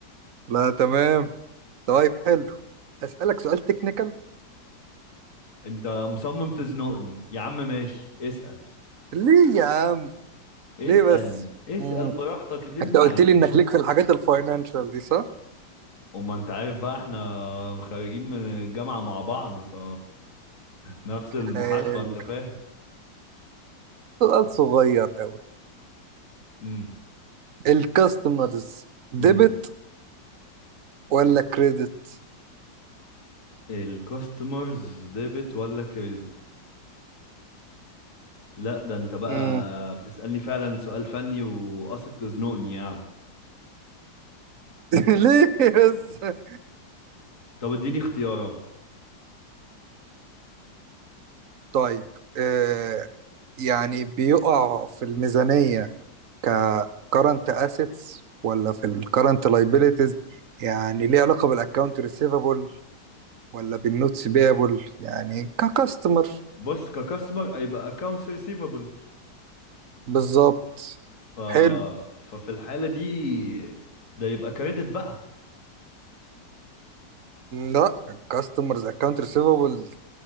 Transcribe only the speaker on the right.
لا تمام طيب حلو اسالك سؤال تكنيكال
ليه يا عم
ليه بس
مم.
انت قلت
لي انك ليك في الحاجات الفاينانشال دي صح
حلو
سؤال صغير قوي
الكاستمرز ديبت
ولا كريدت
امم
<laughs> ليه بس
طيب آه يعني بيقع في الميزانية ك current assets ولا في ال current liabilities يعني ليه علاقة بالاكونت receivable ولا بالنوتس بيبل يعني ككاستمر
بالظبط
حلو
لا الكاستمرز اكونت receivable